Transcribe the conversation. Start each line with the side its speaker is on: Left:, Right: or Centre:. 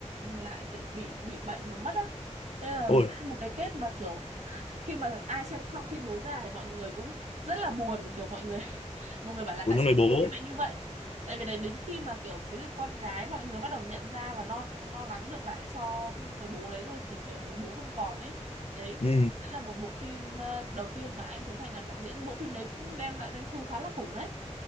Right: lại kiểu bị bị bệnh và mất á đây là
Left: ui
Right: một một cái kết mà kiểu khi mà ai xem xong phim bố già thì mọi người cũng rất là buồn kiểu mọi người mọi người bảo là
Left: của
Right: tại
Left: những
Right: sao
Left: người bố
Right: phim lại như vậy tại vì đấy đến khi mà kiểu ví dụ con cái mọi người bắt đầu nhận ra và lo lo lắng được lại cho người bố đấy rồi thì kiểu người bố không còn ấy đấy
Left: ừ
Right: đấy là một bộ phim ờ, đầu tiên mà anh Trấn Thành làm đạo diễn bộ phim đấy cũng đem lại doanh thu khá là khủng đấy